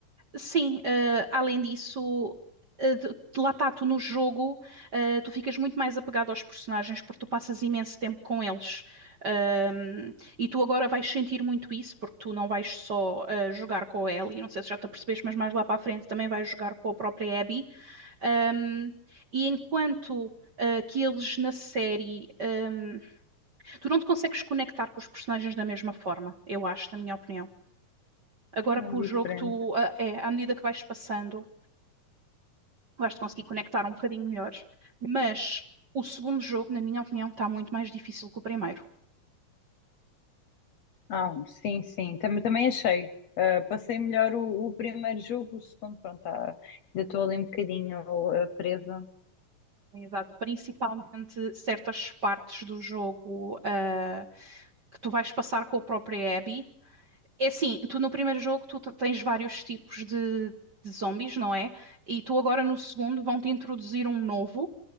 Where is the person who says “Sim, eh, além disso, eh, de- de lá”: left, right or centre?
Right